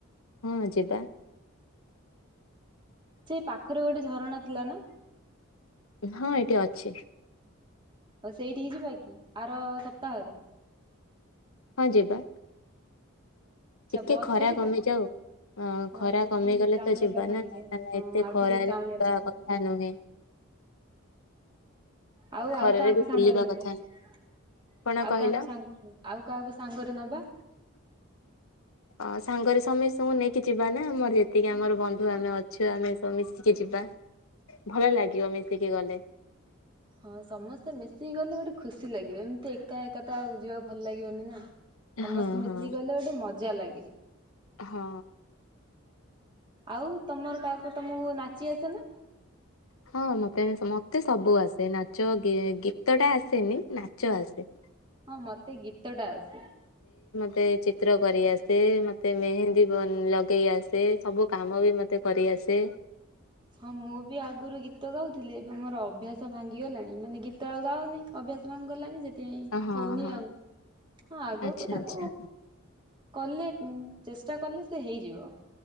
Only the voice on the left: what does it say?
ହଁ ଯିବା।
ହଁ ଏଟା ଅଛି।
ହଁ ଯିବା।
ଟିକେ
ଖରା
କମିଯାଉ
ଖରା
କମିଗଲେ
ତ ଯିବ
ନା
ନାଇ
ଏତେ
ଖରାାରେ
ଯିବା
କଥା ନୁହେଁ।
ଖରାରେ
ବି
ବୁଲିବା
କଥା ନୁହଁ
କଣ କହିଲ
ଅ ସାଙ୍ଗରେ ସମେସ୍ତଙ୍କୁ ନେଇକି ଯିବା ନା ଆମର ଯେତିକି ଆମର ବନ୍ଧୁ ଆମେ ଅଛୁ ଆମେ ସବୁ ମିଶିକି ଯିବା ଭଲ ଲାଗିବ ମିଶିକି ଗଲେ
ହଁ ହଁ।
ହଁ
ହଁ ମତେ ଏବେ ମତେ ସବୁ ଆସେ ନା ଚ ଗୀତ ଟା ଆସେନି ନାଚ ଆସେ।
ମୋତେ ଚିତ୍ର କରିଆସେ ମୋତେ ମେହେନ୍ଦୀ ଲଗେଇ ଆସେ ସବୁ କାମ ବି ମୋତେ କରିଆସେ।
ହଁ
ହଁ
ଆଚ୍ଛା
ଆଚ୍ଛା